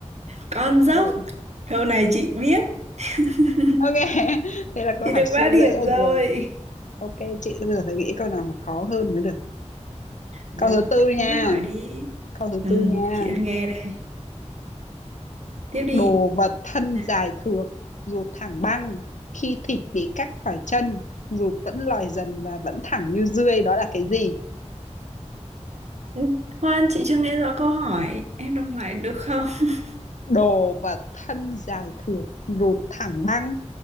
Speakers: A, on the right; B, on the left.
A: Con dốc.
B: ừ.
A: Câu này chị biết. <laughs>
B: ok <laughs> thế là câu
A: Chị
B: hỏi
A: được
B: siêu
A: 3 điểm
B: dễ được
A: rồi.
B: rồi Ok chị, tôi bây giờ phải nghĩ câu nào khó hơn mới được.
A: Được,
B: Câu thứ tư nha.
A: em cứ hỏi đi.
B: Câu thứ
A: Ừ,
B: tư nha.
A: chị đang nghe đây. Tiếp đi.
B: Đồ vật thân
A: Nè.
B: dài thượt, ruột thẳng băng. Khi thịt bị cắt khỏi chân, ruột vẫn lòi dần và vẫn thẳng như dươi. Đó là cái gì?
A: Ừ, Khoan, chị chưa nghe rõ câu hỏi. Em đọc lại được không? <laughs>
B: Đồ vật thân dài thượt, ruột thẳng băng.